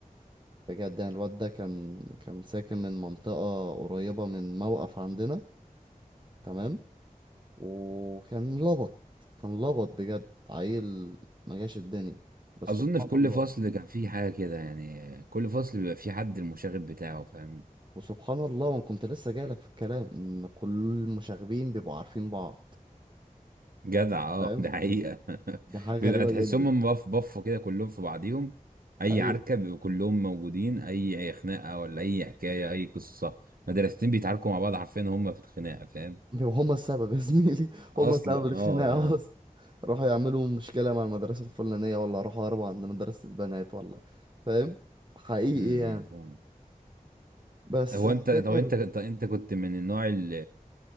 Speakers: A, on the right (about 35°); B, on the right (about 85°).
A: بجد يعني الواد ده كان كان ساكن من منطقة قريبة من موقف عندنا تمام وكان لبط كان لبط بجد عيل ما جاش الدنيا بس
B: اظن
A: سبحان
B: في كل
A: الله
B: فصل كان في حاجه كده يعني كل فصل بيبقى في حد المشاغب بتاعه فاهم
A: وسبحان الله ما كنت لسه جايلك في الكلام ان كل المشاغبين بيبقوا عارفين بعض
B: جدع اه
A: فاهم
B: ده حقيقة <laughs>
A: دي حاجة
B: بيبقى
A: غريبة
B: تحسهم
A: جدا
B: هم بف بفوا كده كلهم في بعضيهم اي
A: ايوه
B: عركة بيبقوا كلهم موجودين اي اي خناقة ولا اي حكاية اي قصة مدرستين بيتعاركوا مع بعض حرفيا هم في الخناقة فاهم
A: بيبقوا هما السبب يا زميلي <laughs>
B: اصلا
A: هما سبب الخناقة
B: اه ها
A: اصلا راحوا يعملوا مشكلة مع المدرسة الفلانية ولا راحوا هربوا عند مدرسة البنات ولا فاهم حقيقي
B: امم
A: يعني
B: فاهم
A: بس
B: هو
A: انا
B: انت
A: فاكر
B: طب انت طب انت كنت من النوع ال